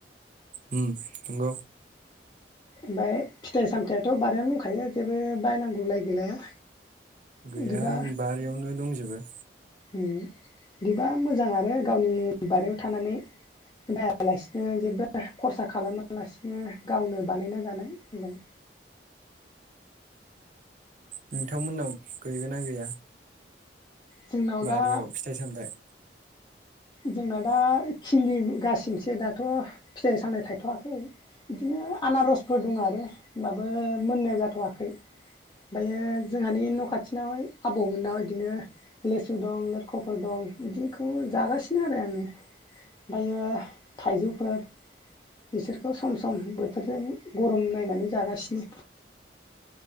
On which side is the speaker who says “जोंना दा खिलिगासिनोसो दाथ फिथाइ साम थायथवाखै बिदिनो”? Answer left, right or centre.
Left